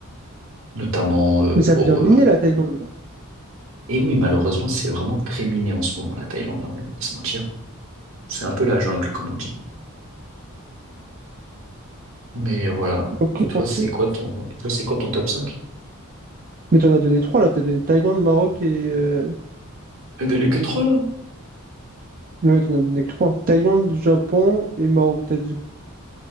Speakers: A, on the right (about 65°); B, on the right (about 40°).
A: notamment euh,
B: Mais ça
A: pour.
B: devient miné,
A: euh,
B: la Thaïlande. là.
A: Et oui, malheureusement, c'est vraiment très miné en ce moment, la Thaïlande, hein, on va pas se mentir. C'est un peu la jungle, comme on dit. Mais voilà.
B: Ok,
A: Et toi,
B: on le
A: c'est
B: fait.
A: quoi ton, et toi, c'est quoi ton top cinq
B: Mais t'en as donné trois, là. T'as donné Thaïlande, Maroc et... euh,
A: Il n'y en que trois
B: Ouais, t'en as donné que trois. Thaïlande, Japon et Maroc, t'as dit.